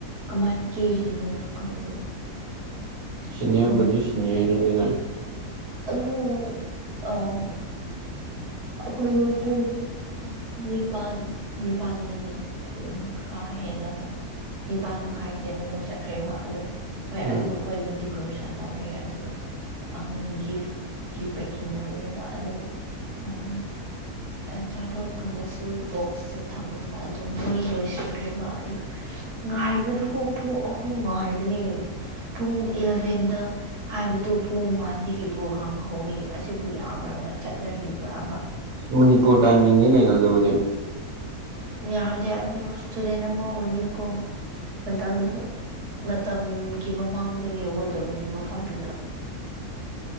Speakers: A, on the right; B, on the right.
A: ꯀꯃꯥꯏ ꯀꯦꯔꯤꯅꯣꯁꯨ ꯈꯪꯗꯦ
B: ꯁꯤꯅꯤꯌꯔꯕꯨꯗꯤ
A: ꯃꯣꯏ
B: ꯁꯤꯅꯤꯌꯔꯅꯤꯗꯅ
A: ꯑꯗꯨ ꯑꯥ ꯑꯩꯈꯣꯏꯗꯣ ꯄꯨꯡ ꯅꯤꯄꯥꯟ ꯅꯤꯄꯥꯟꯗꯒꯤ ꯎ ꯈ꯭ꯔꯥ ꯍꯦꯜꯂꯒ ꯅꯤꯄꯥꯜ ꯃꯈꯥꯏ ꯍꯦꯜꯂꯒ ꯆꯠꯈ꯭ꯔꯦꯕ ꯑꯗꯨ ꯍꯣꯏ
B: ꯎꯝ
A: ꯑꯗꯨ ꯑꯩꯈꯣꯏꯗꯣ ꯗꯦꯀꯣꯔꯦꯁꯟ ꯇꯧꯔꯦ ꯑꯗꯨꯒ ꯑꯪ ꯒꯤꯐ ꯒꯤꯐ ꯄꯦꯛꯀꯤꯡ ꯇꯧꯋꯦꯕ ꯑꯗꯨꯅ ꯑꯪ ꯑꯆꯥꯄꯣꯠꯀꯨꯝꯕꯁꯨ ꯕꯣꯛꯁꯇ ꯊꯝꯃꯒ ꯑꯗꯨꯝ ꯂꯣꯏ ꯂꯣꯏꯁꯤꯟꯈ꯭ꯔꯦꯕ ꯑꯗꯨꯒ ꯉꯥꯏꯕꯗꯨꯕꯨ ꯄꯨꯡ ꯑꯍꯨꯝ ꯉꯥꯏꯕꯅꯤ ꯄꯨꯡ ꯏꯂꯚꯦꯟꯗ ꯍꯥꯏꯕꯗꯨ ꯄꯨꯡ ꯋꯥꯟꯗꯒꯤ ꯄ꯭ꯔꯣꯒ꯭ꯔꯥꯝ ꯍꯧꯋꯦ ꯑꯁꯤꯕꯨ ꯌꯥꯕ꯭ꯔꯕ ꯆꯠꯅꯔꯤꯕ꯭ꯔꯕ
B: ꯃꯅꯤꯄꯨꯔ ꯇꯥꯏꯃꯤꯡꯅꯤ ꯀꯩꯅꯣ ꯑꯗꯨꯕꯨꯗꯤ
A: ꯌꯥꯗꯦ ꯑꯗꯨ ꯁ꯭ꯇꯨꯗꯦꯟ ꯑꯃ ꯑꯣꯏꯔꯗꯤꯀꯣ ꯃꯇꯝꯗꯨ ꯃꯇꯝꯒꯤ ꯃꯃꯥꯡꯗ ꯌꯧꯒꯗꯕꯅꯦ ꯃꯐꯝꯗꯨꯗ